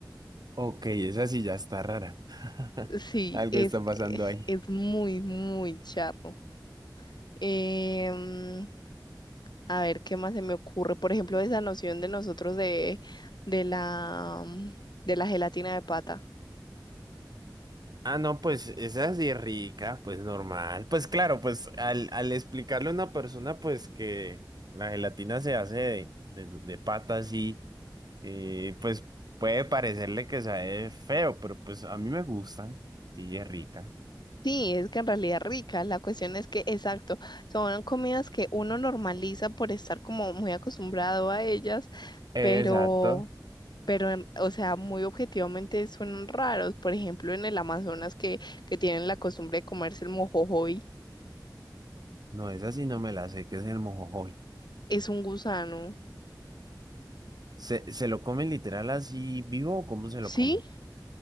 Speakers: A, on the right; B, on the left.
A: Ok, esa sí ya está rara. <laughs>
B: Sí,
A: Algo
B: es,
A: está pasando
B: eh,
A: ahí.
B: es muy, muy charro. Em, a ver, ¿qué más se me ocurre? Por ejemplo, esa noción de nosotros de, de la, de la gelatina de pata.
A: Ah, no, pues esa sí es así rica, pues normal. Pues claro, pues al, al explicarle a una persona, pues que la gelatina se hace de, de, de pata así, eh, pues puede parecerle que sabe feo, pero pues a mí me gusta, sí es rica.
B: Sí, es que en realidad es rica. La cuestión es que, exacto, son comidas que uno normaliza por estar como muy acostumbrado a ellas,
A: Exacto.
B: pero, pero, en- o sea, muy objetivamente son raros. Por ejemplo, en el Amazonas que, que tienen la costumbre de comerse el mojojoy,
A: No, esa sí no me la sé, que es el mojojoy.
B: es un gusano.
A: ¿Se, se lo comen literal así vivo o cómo se
B: Sí,
A: lo comen?